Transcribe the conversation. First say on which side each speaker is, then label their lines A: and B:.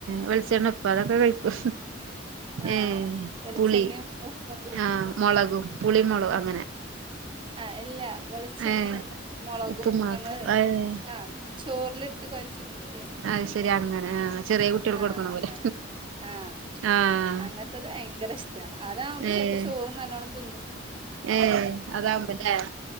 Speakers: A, on the right; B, on the right.
A: വെളിച്ചെണ്ണ ഉപ്പോ അതൊക്കെ കഴിക്കൊ
B: ആഹ്
A: ഏ
B: വെളിച്ചെണ്ണയും
A: പുളി
B: ഉപ്പും കൂട്ടി
A: ആഹ് മുളകും
B: ആഹ്
A: പുളിമുളകും അങ്ങനെ
B: ആ എല്ലാ വെളിച്ചെണ്ണ
A: ഏഹ്
B: മുളകും
A: ഉപ്പും മാത്രം
B: നഞമ്മള്
A: ഏഹ്
B: ആഹ് ചോറിലിട്ട് കുയച്ച്‌ തിന്നുലെ
A: അത് ശരിയ അങ്ങനെ ആ ചെറിയ കുട്ടികൾക്ക്
B: ആഹ്
A: കൊടുക്കണ
B: അങ്ങനെ
A: പോലെ
B: ആഹ്
A: ആഹ്
B: അങ്ങനത്തത് ഭയങ്കര ഇഷ്ട അതാവുമ്പോ
A: ഏഹ്
B: ചിലപ്പോ ചോറ് നല്ലോണം തിന്നും
A: ഏഹ് അതാവുമ്പല്ലേ